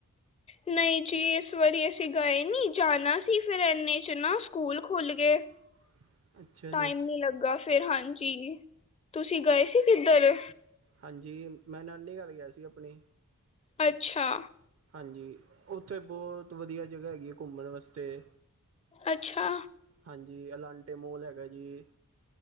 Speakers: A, on the left; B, on the right.
A: ਨਹੀਂ ਜੀ ਇਸ ਵਾਰੀ ਅਸੀਂ ਗਏ ਨੀ ਜਾਣਾ ਸੀ ਫਿਰ ਇਨੇ ਚ ਨਾ ਸਕੂਲ ਖੁੱਲ ਗਏ।
B: <unintelligible>
A: ਟਾਈਮ
B: ਜੀ
A: ਨੀ ਲੱਗਾ ਫੇਰ ਹਾਂਜੀ, ਤੁਸੀਂ ਗਏ ਸੀ ਕਿੱਧਰ?
B: ਹਾਂਜੀ ਮੈਂ ਨਾਨੀ ਘਰ ਗਿਆ ਸੀ ਆਪਣੀ
A: ਅੱਛਾ,
B: ਹਾਂਜੀ, ਉੱਥੇ ਬਹੁਤ ਵਧੀਆ ਜਗ੍ਹਾ ਹੈਗੀ ਹੈ ਘੁੰਮਣ ਵਾਸਤੇ
A: ਅੱਛਾ,
B: ਹਾਂਜੀ, ਅਲਾਂਟੇਮੋਲ ਹੈਗਾ ਜੀ